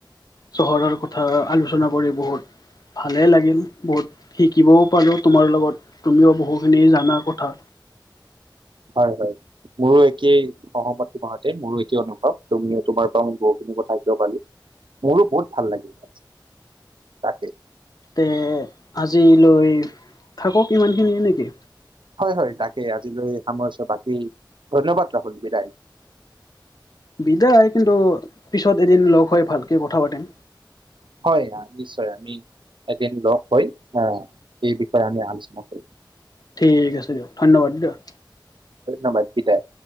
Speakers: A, on the left (about 50°); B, on the right (about 80°).
A: চহৰৰ কথা আলোচনা কৰি বহুত ভালেই লাগিল, বহুত শিকিবও পালো তোমাৰ লগত তুমিও বহুখিনি জানা কথা।
B: হয় হয়, মোৰো একেই। সহমত তোমাৰ সৈতে, মোৰো একে অনুভৱ তুমিও তোমাৰ পৰা মই বহুখিনি কথা শিকিব পাৰিলো। মোৰো বহুত ভাল লাগিল, তাকে।
A: তে আজিলৈ থাকক ইমানখিনিয়ে নেকি।
B: হয় হয়, তাকে আজিলৈ সামৰিছো বাকী ধন্যবাদ জ্ঞাপন বিদায়।
A: বিদায়! কিন্তু পিছত এদিন লগ হৈ ভালকে কথা পাতিম।
B: হয় নিশ্চয়, আমি এদিন লগ হৈ আহ সেই বিষয়ে আমি আলোচনা কৰিম।
A: ঠিক আছে দিয়ক, ধন্যবাদ দিয়ক।
B: ধন্যবাদ, বিদায়!